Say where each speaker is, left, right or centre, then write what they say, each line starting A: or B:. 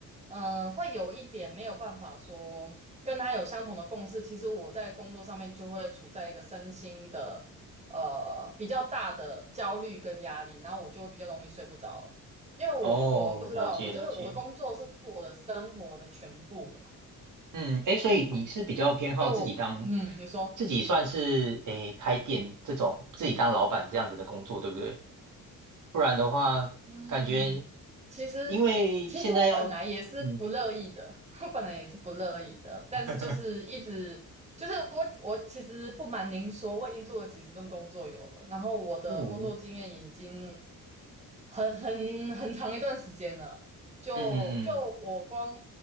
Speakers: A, on the right; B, on the right.
A: 嗯，会有一点没有办法说跟他有相同的共识。其实我在工作上面就会处在一个身心的，呃，比较大的焦虑跟压力，然后我就会比较容易睡不着。因为我我不知道，
B: 哦，了解了解。
A: 我觉得我的工作是我的生活的全部了。
B: 嗯，哎，所以你是比较偏好自己当，
A: 因为我，嗯，你说，
B: 自己算是诶开店这种，自己当老板这样子的工作，对不对？不然的话，
A: 嗯，
B: 感觉
A: 其实其实我本来也是不乐意的，
B: 因为现在要，嗯
A: <laughs> 我本来也是不乐意的，但是就是一直就是我我其实不瞒您说，
B: <laughs>，
A: 我已经做了几十份工作有了，然后我的工作经验已经
B: 嗯
A: 很很很长一段时间了。就就我光
B: 嗯嗯，